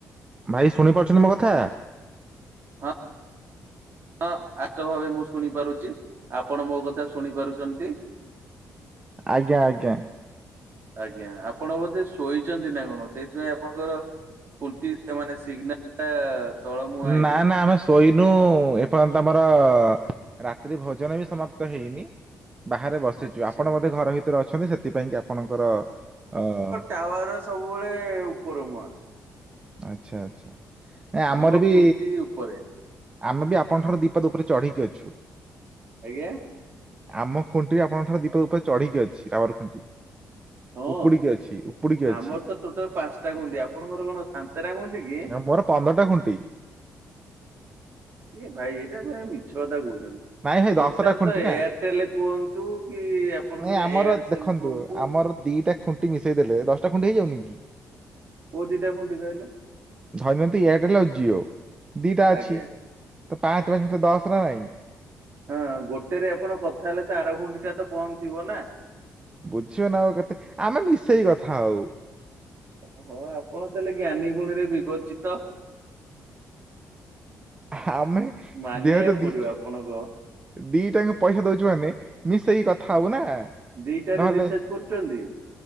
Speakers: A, on the right; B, on the right.
A: ଭାଇ ଶୁଣିପାରୁଛନ୍ତି ମୋ କଥା।
B: ହଁ ହଁ ଆଷ୍ଟ ଭାବେ ମୁଁ ଶୁଣିପାରୁଛି ଆପଣ ମୋ କଥା ଶୁଣି ପାରୁଛନ୍ତି।
A: ଆଜ୍ଞା ଆଜ୍ଞା।
B: ଆଜ୍ଞା ଆପଣ ବୋଧେ ଶୋଇଛନ୍ତି ନା କଣ ସେଇଥିପାଇଁ ଆପଣଙ୍କର। ଖୁଣ୍ଟି ମାନେ ସିଗ୍ନାଲ। ତଳ ମୁହାଁ ହେଇଯାଇଛି
A: ନା ନା ଆମେସ୍ ଶୋଇନୁ ଏପର୍ଯ୍ୟନ୍ତ ଆମର ରାତ୍ରି ଭୋଜନ ବି ସମାପ୍ତ ହେଇନି ବାହାରେ ବସିଛୁ।
B: ଆଚ୍ଛା।
A: ଆପଣ ବୋଧେ ଘର ଭିତରେ ଅଛନ୍ତି। ସେଥିପାଇଁ କି ଆପଣଙ୍କର ଅ
B: ତାୱା ରସ୍ ସବୁବେଳେ ଉପର ମୁହାଁ।
A: ଆଚ୍ଛା ଆଚ୍ଛା। ଏ ଆମର
B: ଆମ
A: ବି‌
B: ଖୁଣ୍ଟି ଉପରେ।
A: ଆମେ ବି ଆପଣ ଠାରୁ ଦୀପାଦ ଉପରେ ଚଢ଼ିକି ଅଛୁ।
B: ଆଜ୍ଞା।
A: ଆମ ଖୁଣ୍ଟିରି ଆପଣଙ୍କଠାରୁ ଦୀପାଦ ଉପରେ ଚଢିକି ଅଛି, ଟାୱାର ଖୁଣ୍ଟି।
B: ହଁ
A: ଉପୁଡିିକି ଅଛି ଉପୁଡିିକି ଅଛି।
B: ଆମର ତ ଟୋଟାଲି ପାଞ୍ଚ ଟା ଖୁଣ୍ଟି। ଆପଣଙ୍କର କଣ ସନ୍ତେରା ଖୁଣ୍ଟି? କି?
A: ଏ ମୋର ପନ୍ଦରଟା ଖୁଣ୍ଟି।
B: ଏ ଭାଇ ଏଇଟା ସେ ମିଛ କଥା କହୁଛନ୍ତି।
A: ନାଇଁ ଭାଇ ଦଶଟା
B: ଟୋଟାଲ୍
A: ଖୁଣ୍ଟି
B: ତ
A: ନା।
B: ଏୟାରଟେଲ୍ କୁହନ୍ତୁ କି ଆପଣଙ୍କର
A: ନାଇଁ ଆମର
B: ଏୟାରସେଲ୍
A: ଦେଖନ୍ତୁ
B: କୁହନ୍ତୁ
A: ଆମର ଦିଟା ଖୁଣ୍ଟି ମିଶେଇ ଦେଲେ ଦଶଟା ଖୁଣ୍ଟି ହେଇଯାଉନି କି?
B: କୋଉ ଦିଟା ଖୁଣ୍ଟି କହିଲେ?
A: ଧରିନିଅନ୍ତୁ ଏୟାରଟେଲ୍ ଆଉ ଜିଓ ଦିଇଟା
B: ଆଜ୍ଞା
A: ଅଛି, ତ ପାଞ୍ଚେ, ପାଞ୍ଚେ ମିିସେଇଲେ ଦଶ ନା ନାଇଁ?
B: ହଁ ଗୋଟେରେ ଆପଣ କଥା ହେଲେ ତ, ଆର ଖୁଣ୍ଟି ଟା ତ ବନ୍ଦ ଥିବ ନା?
A: ବୁଝିବ ନା ଆଉ କେତେ, ଆମେ ମିସେଇ କଥା ହୋଉ।
B: ଓହୋ, ଆପଣ ତାହେଲେ ଜ୍ଞାନୀ ଗୁଣୀରେ ବିବର୍ଚିତ।
A: ଆମେ
B: ମାନିବାକୁ
A: ଦେହେତ ଦିଟା,
B: ପଡିବ ଆପଣଙ୍କ
A: ଦିଟାଙ୍କ ପଇସା ଦଉଛୁ ମାନେ ମିଶେଇକି କଥା ହବୁ ନା
B: ଦିଟାରେ
A: ନହେଲେ,
B: ରିଚାର୍ଜ କରୁଛନ୍ତି